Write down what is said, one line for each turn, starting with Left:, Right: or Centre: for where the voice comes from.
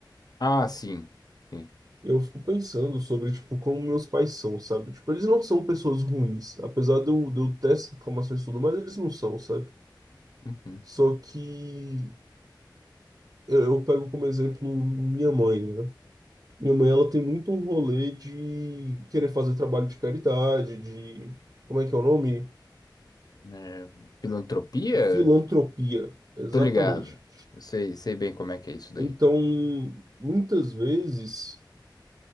Left: Ah, sim. Sim.
Right: Eu fico pensando sobre, tipo, como meus pais são, sabe? Tipo, eles não são pessoas ruins. Apesar de eu, de eu ter essas reclamações e tudo, mas eles não são, sabe?
Left: Uhum.
Right: Só que eu, eu pego como exemplo minha mãe, né? Minha mãe, ela tem muito um rolê de querer fazer trabalho de caridade, de... Como é que é o nome?
Left: É, filantropia?
Right: De filantropia, exatamente.
Left: Tô ligado. Eu sei, sei bem como é que é isso
Right: Então,
Left: daí.
Right: muitas vezes,